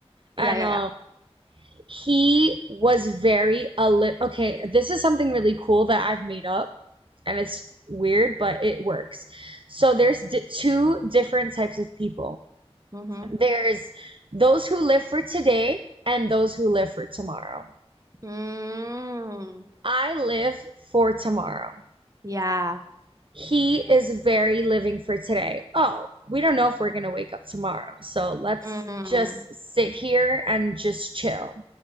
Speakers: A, on the right (about 30°); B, on the right (about 55°).
A: Yeah,
B: and
A: yeah,
B: um
A: yeah.
B: he was very a li- okay, this is something really cool that I've made up and it's weird, but it works. So there's di- two different types of people.
A: Mm-hmm.
B: There's those who live for today and those who live for tomorrow.
A: Mm.
B: I live for tomorrow.
A: Yeah.
B: He is very living for today. Oh, we don't know if we're going to wake up tomorrow. So let's
A: Mm.
B: just sit here and just chill